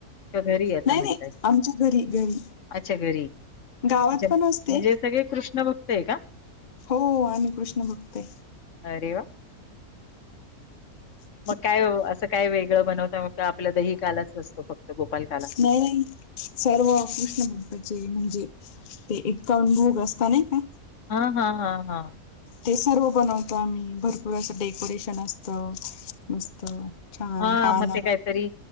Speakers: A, on the left; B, on the left.
A: का घरी असं
B: नाही
A: म्हणताय
B: नाही आमच्या घरी घरी
A: अच्छा घरी
B: गावात
A: अच्छा
B: पण असते
A: म्हणजे सगळे कृष्ण भक्त आहे का
B: हो आम्ही कृष्ण भक्तय
A: अरे वा
B: हम
A: मग काय असं काय वेगळं बनवता मग आपल्या दही कालाच असतो फक्त गोपालकाला
B: नाही सर्व कृष्ण महत्वाचे म्हणजे ते एक्कावन भोग असता नाही का
A: हा हा हा हा
B: ते सर्व बनवतो आम्ही भरपूर असं डेकोरेशन असत मस्त छान
A: हा
B: पाना
A: मग ते काहीतरी